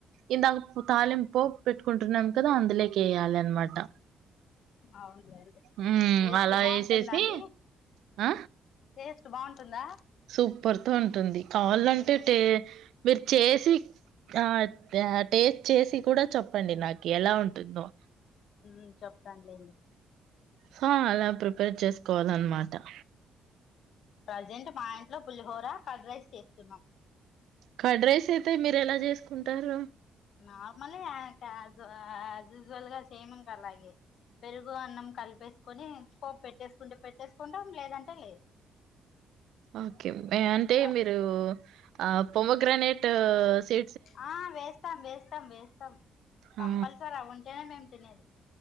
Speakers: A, on the right (about 80°); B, on the left (about 60°).
A: ఇందాక తాలింపోపు పెట్టుకుంటున్నాం కదా అందులోకేయాలిన్న మాట
B: అవునులేండి
A: మ్
B: టేస్ట్
A: అలా
B: బాగుంటుందా
A: వేసేసి
B: అండి
A: ఆ
B: టేస్ట్ బాగుంటుందా
A: సూపర్ తో ఉంటుంది కావళ్ళంటే
B: ఉమ్
A: టే మీరు చేసి ఆ టేస్ట్ చేసి కూడా చెప్పండి నాకు ఎలా ఉంటుందో
B: ఉ చెప్తాను లేండి
A: హా అలా ప్రిపేర్ చేసుకోవాలన్నమాట
B: ప్రజెంట్ మా ఇంట్లో పుల్లిహోర కడ్ రైస్ చేస్తున్నాం
A: కడ్ రైస్ అయితే మీరు ఎలా చేసుకుంటారు
B: నార్మలే యా యాజ్ యూజువల్ గా సేమ్ ఇంకా అలాగే పెరుగు అన్నం కలిపేసుకొని పోపు పెట్టేసుకుంటే పెట్టేసుకుంటాం లేదంటే లేదు
A: ఓకే ఆ అంటే
B: లేదు
A: మీరు ఆ పోమగ్రనేట్ సి
B: ఆ వేస్తాం వేస్తాం వేస్తాం
A: ఆ!
B: కంపల్సరీ అవుంటేనే మేము తినేది